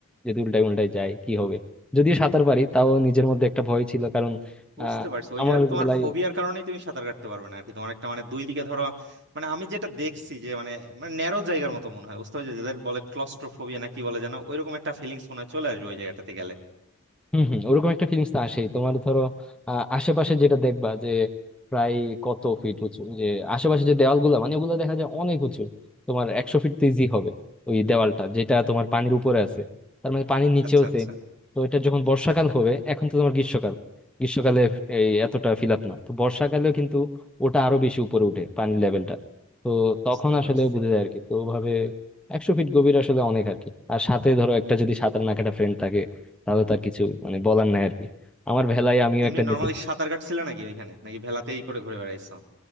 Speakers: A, in the centre; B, on the right.
A: যদি উল্টায় উল্টায় যায় কি হবে যদিও সাঁতার পারি তাও নিজের মধ্যে একটা ভয় ছিল কারণ
B: বুঝতে
A: আহ,
B: পারছি ওই
A: আমার
B: জায়গাতে তোমার
A: বেলায়
B: ফোবিয়ার কারণেই তুমি সাঁতার কাটতে পারবে না আর কি তোমার একটা মানে দুই দিকে ধরো মানে আমি যেটা দেখছি যে মানে মানে ন্যারো জায়গার মতো মনে হয় বুঝতে পারছো যাদের বলে ক্লস্ট্রোফোবিয়া না কি বলে জানো ওইরকম একটা ফিলিংস মনে হয় চলে আসবে ওই জায়গাটাতে গেলে
A: হম হম ওরকম একটা ফিলিংস তো আসেই তোমার ধরো আহ, আশেপাশে যেটা দেখবা যে প্রায় কত ফিট উঁচু যে আশেপাশে যে দেওয়ালগুলো মানে ওগুলো দেখা যায় অনেক উঁচু তোমার একশো ফিট তো ইজি হবে ওই দেওয়ালটা যেটা তোমার পানির উপরে আছে তার মানে পানির নিচেও
B: আচ্ছা আচ্ছা
A: সেম তো এটা যখন বর্ষাকাল
B: তা
A: হবে এখন তো তোমার গ্রীষ্মকাল গ্রীষ্মকালে এই এতটা ফিল আপ না তো বর্ষাকালেও কিন্তু ওটা আরো বেশি উপরে উঠে পানির লেভেলটা তো
B: বুঝতে
A: তখন আসলে
B: পারছি
A: বুঝে যায় আর কি তো ওভাবে একশো ফিট গভীর আসলে অনেক আর কি আর সাথে ধরো একটা যদি সাঁতার না কাটা ফ্রেন্ড থাকে তাহলে তার কিছু মানে বলার নাই আর কি আমার ভেলায় আমিও
B: এমনি
A: একটা নিয়েছি
B: নর্মালি সাঁতার কাটছিল নাকি ওইখানে নাকি ভেলাতেই করে ঘুরে বেড়াইছো